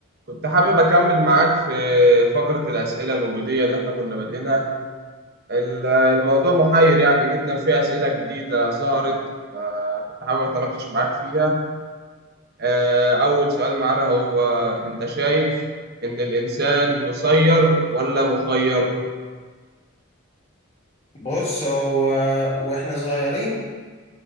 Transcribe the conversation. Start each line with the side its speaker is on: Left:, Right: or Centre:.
Right: كنت حابب أكمل معاك في فقرة الأسئلة الوجودية اللي إحنا كنا بادئينها ال- الموضوع محير يعني جدا في أسئلة جديدة ظهرت فكنت حابب أتناقش معاك فيها آه، أول سؤال معانا هو أنت شايف إن الإنسان مسير ولا مخير؟
Left: بص هو واحنا صغيرين